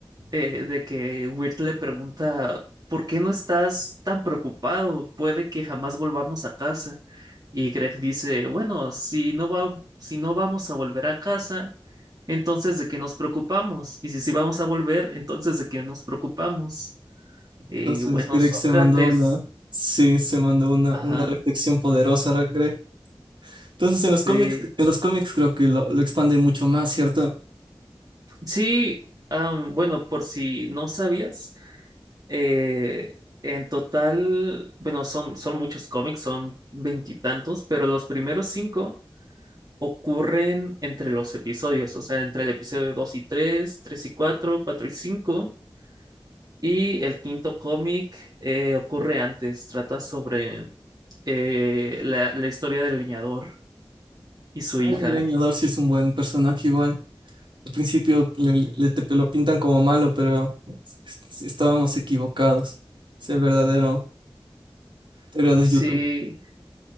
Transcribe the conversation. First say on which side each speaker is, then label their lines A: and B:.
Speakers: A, on the right (about 45°); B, on the right (about 60°).
A: eh, de que Wirt le pregunta, ¿por qué no estás tan preocupado? Puede que jamás volvamos a casa. Y Greg dice, bueno, si no va, si no vamos a volver a casa, entonces de qué nos preocupamos. Y si sí vamos a volver, entonces de qué nos preocupamos. Y
B: Entonces
A: bueno,
B: Greg
A: Sócrates,
B: se mandó una, sí, se mandó una,
A: ajá,
B: una reflexión poderosa, re- Greg. Entonces en los
A: sí.
B: cómics, en los cómics creo que lo, lo expande mucho más, ¿cierto?
A: Sí, am, bueno, por si no sabías, eh, en total, bueno, son, son muchos cómics, son veintitantos, pero los primeros cinco ocurren entre los episodios, o sea, entre el episodio 2 y 3, 3 y 4, 4 y 5, y el quinto cómic eh, ocurre antes, trata sobre eh, la, la historia del leñador y su hija.
B: El leñador sí es un buen personaje igual. Al principio le, le- te- lo pintan como malo, pero es- estábamos equivocados. Es el verdadero, héroe de
A: Sí,
B: YouTube